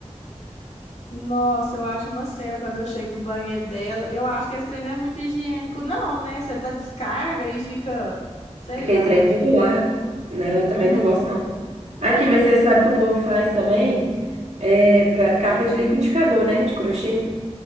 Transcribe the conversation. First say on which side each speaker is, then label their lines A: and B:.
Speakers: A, on the left; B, on the right.
A: Nossa, eu acho uma cena quando eu chego do banheiro dela. Eu acho que esse trem não é muito higiênico, não, né? Você dá descarga e fica, sei
B: Aquele
A: lá.
B: trem tudo lá. Não, eu também
A: <laughs>
B: não gosto, não. Aqui, mas você sabe que o povo faz também é, pra- capa de liquidificador, né? De crochê.